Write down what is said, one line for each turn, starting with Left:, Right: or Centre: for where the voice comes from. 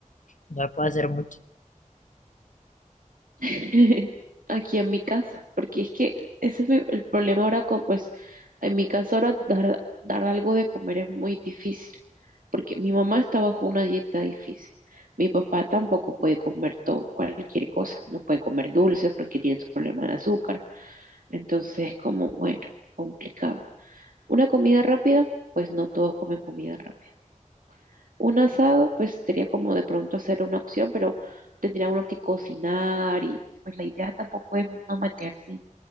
Left: no le puede hacer mucho.
Right: <laughs> Aquí en mi casa, porque es que ese es mi- el problema ahora con, pues, en mi casa ahora dar, dar algo de comer es muy difícil, porque mi mamá está bajo una dieta difícil. Mi papá tampoco puede comer todo, cualquier cosa, no puede comer dulces porque tiene su problema de azúcar. Entonces, como, bueno, complicado. Una comida rápida, pues no todos comen comida rápida. Un asado, pues sería como de pronto hacer una opción, pero tendría uno que cocinar y pues la idea tampoco es no meterse,